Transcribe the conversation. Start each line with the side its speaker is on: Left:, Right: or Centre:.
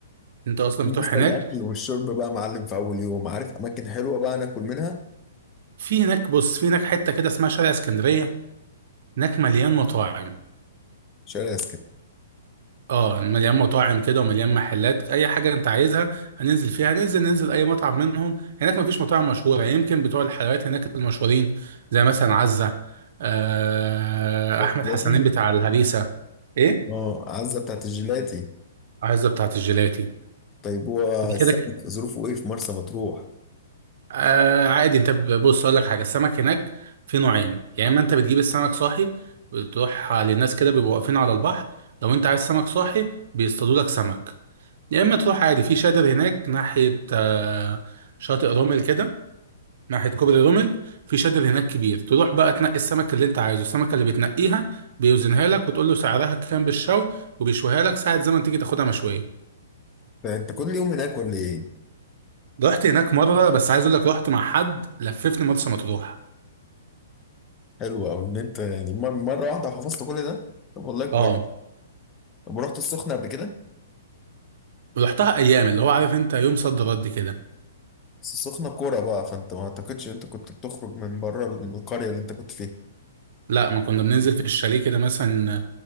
Right: انت اصلا
Left: بالنسبة
Right: بتروح هناك
Left: للأكل والشرب بقى معلم في أول يوم عارف أماكن حلوة بقى ناكل منها
Right: في هناك بص في هناك حتة كده اسمها شارع اسكندرية هناك مليان مطاعم
Left: شارع
Right: اه مليان مطاعم كده ومليان محلات اي حاجه انت عايزها هننزل فيها هننزل ننزل اي مطعم منهم هناك مفيش مطاعم مشهوره يعني يمكن بتوع الحلويات هناك المشهورين زي مثلا عزه آه احمد
Left: اسكندرية
Right: حسنين بتاع الهريسه ايه
Left: اه عزة بتاعت الجيلاتي
Right: عزه بتاعه الجيلاتي
Left: طيب هو
Right: دي
Left: السمك
Right: كده ك-
Left: ظروفه ايه في مرسى مطروح؟
Right: آه عادي انت ب- بص اقول لك حاجه السمك هناك في نوعين يا اما انت بتجيب السمك صاحي بتروح للناس كده بيبقوا واقفين على البحر لو انت عايز سمك صاحي بيصطادوا لك سمك يا اما تروح عادي في شادر هناك ناحيه آه، شاطئ رومل كده ناحيه كوبري رومل في شادر هناك كبير تروح بقى تنقي السمك اللي انت عايزه السمكه اللي بتنقيها بيوزنها لك وتقول له سعرها كام بالشوي وبيشويها لك ساعه زمن تيجي تاخدها مشويه
Left: انت كل يوم هناك ولا ايه؟
Right: رحت هناك مره بس عايز اقول لك رحت مع حد لففني مرسى مطروح
Left: حلو أوي ان انت يعني مر- مرة واحدة حفظت كل ده طب والله كويس
Right: اه
Left: طب رحت السخنة قبل كده؟
Right: رحتها ايام اللي هو عارف انت يوم صد رد كده
Left: بس السخنة كورة بقى فانت ما اعتقدش ان انت كنت بتخرج من بره القرية اللي انت كنت فيها
Right: لا ما كنا بننزل في الشاليه كده مثلا